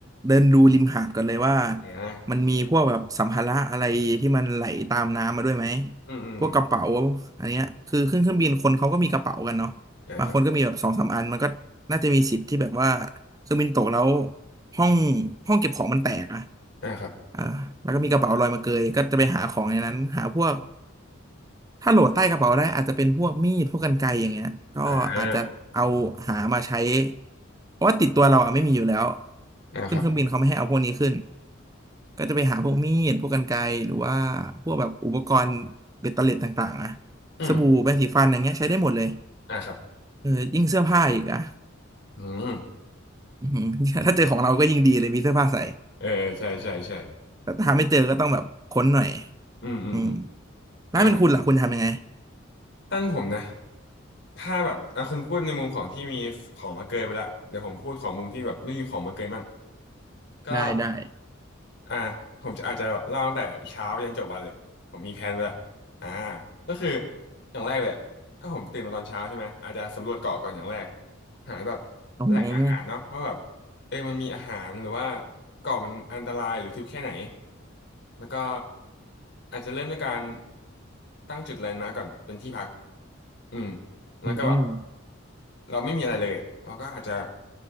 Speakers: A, on the right (about 20°); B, on the left (about 60°).
A: เดินดูริมหาดก่อนเลยว่า
B: อ่า
A: มันมีพวกแบบสัมภาระอะไรที่มันไหลตามน้ำมาด้วยไหม
B: อืมอืมอืม
A: พวกกระเป๋าอันเนี้ยคือขึ้นเครื่องบินคนเขาก็มีกระเป๋ากันเนาะบางคนก็มีแบบสองสามอันมันก็น่าจะมีสิทธิ์ที่แบบว่า
B: อ่าครับ
A: เครื่องบินตกแล้วห้องห้องเก็บของมันแตกอะ
B: อ่าครับ
A: อ่าแล้วก็มีกระเป๋าลอยมาเกยก็จะไปหาของในนั้นหาพวกถ้าโหลดใต้กระเป๋าได้อาจจะเป็นพวกมีดพวกกรรไกรอย่างเงี้ยก็อาจจะเอาหามาใช้
B: อ่า
A: เพราะว่าติดตัวเราอ่ะไม่มีอยู่แล้ว
B: อ่าครับ
A: ขึ้นเครื่องบินเขาไม่ให้เอาพวกนี้ขึ้นก็จะไปหาพวกมีดพวกกรรไกรหรือว่าพวกแบบอุปกรณ์เบ็ดเตล็ดต่างๆอะ
B: อืม
A: สบู่แปรงสีฟันอย่างเงี้ยใช้ได้หมดเลย
B: อ่าครับ
A: เออยิ่งเสื้อผ้าอีกอ่ะ
B: อืม
A: อือหือ <laughs> ถ้าเจอของเราก็ยิ่งดีเลยมีเสื้อผ้าใส่
B: เออใช่ใช่ใช่
A: แต่ถ้าไม่เจอก็ต้องแบบค้นหน่อย
B: อืมอืมอืม
A: อืมถ้าเป็นคุณล่ะคุณทำยังไง
B: อ่ะท่านผมนะถ้าแบบอ่ะคุณพูดในมุมของที่มีของมาเกยไปละเดี๋ยวผมพูดของมุมที่แบบไม่มีของมาเกยมั่งก็
A: ได้ได้
B: อ่าผมจะอาจจะแบบเล่าตั้งแต่เช้ายันจบวันเลยผมมีแผนไว้ละอ่าก็คืออย่างแรกเลยอะถ้าผมตื่นมาตอนเช้าใช่ไหมอาจจะสำรวจเกาะก่อนอย่างแรกหาแบบ
A: อ๋อ
B: แหล่งอาหารเนาะว่าแบบเออมันมีอาหารหรือว่าเกาะมันอันตรายหรือทึบแค่ไหนแล้วก็อาจจะเริ่มด้วยการตั้งจุดแลนด์มาร์กก่อนเป็นที่พักอืมแล้วก็แบบ
A: อืม
B: เราไม่มีอะไรเลยเราก็อาจจะ